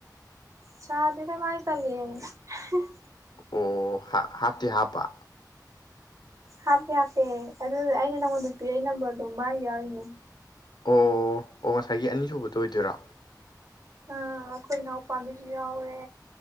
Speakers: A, on the right (about 45°); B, on the left (about 75°).
A: ꯁꯥꯗꯦꯗ ꯃꯥꯗꯤ ꯇꯜꯂꯦꯌꯦ <unintelligible>
B: ꯑꯣ ꯍꯥ ꯍꯥꯞꯇꯤ ꯍꯥꯞꯄ
A: ꯍꯥꯞꯄꯦ ꯍꯥꯞꯄꯦ ꯑꯗꯨ ꯑꯩꯅ ꯅꯪꯉꯣꯟꯗ ꯄꯤꯔꯛꯢ ꯅꯝꯕꯔꯗꯣ ꯃꯥꯒꯤ ꯌꯥꯎꯔꯤꯅꯦ
B: ꯑꯣ ꯑꯣ ꯉꯁꯥꯏꯒꯤ ꯑꯅꯤꯁꯨꯕꯗꯣ ꯑꯣꯏꯗꯣꯏꯔꯣ
A: ꯑꯥ ꯑꯩꯈꯣꯏ ꯏꯅꯥꯎꯄꯥꯒꯤꯁꯨ ꯌꯥꯎꯔꯦ